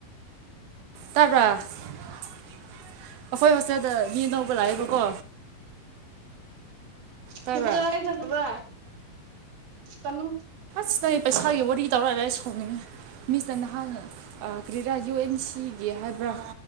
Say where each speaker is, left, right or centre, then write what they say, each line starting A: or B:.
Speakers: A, on the right (about 75°); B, on the right (about 50°).
A: ꯇꯥꯕ꯭ꯔꯥ ꯑꯩꯈꯣꯏ ꯍꯣꯁꯇꯦꯜꯗ ꯌꯦ ꯇꯧꯕ ꯂꯥꯛꯑꯦꯕꯀꯣ ꯇꯥꯕ꯭ꯔꯥ
B: ꯁꯤꯕ꯭ꯔꯖ ꯁꯕ꯭ꯔ ꯇꯃꯣ
A: ꯃꯤꯁꯇꯪ ꯄꯩꯁꯥꯒꯤ ꯋꯥꯔꯤ ꯇꯧꯔꯛꯑꯒ ꯁꯥꯎꯅꯤꯡꯉꯦ ꯃꯤꯁꯇꯪ ꯅꯍꯥꯟ ꯀꯔꯤꯔꯥ ꯌꯨ ꯑꯦꯟ ꯁꯤ ꯒꯤ ꯍꯥꯏꯕ꯭ꯔꯥ